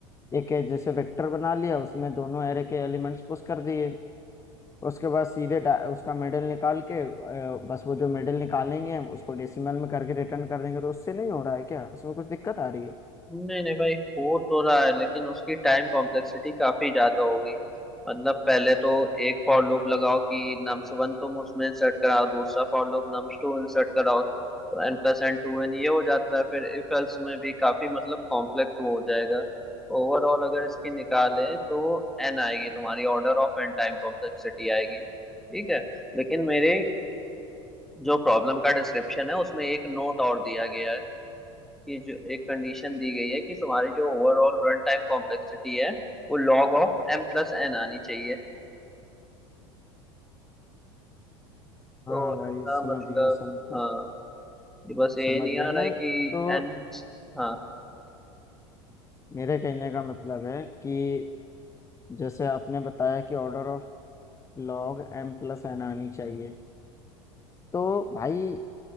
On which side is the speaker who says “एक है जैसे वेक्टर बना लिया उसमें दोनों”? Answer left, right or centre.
Left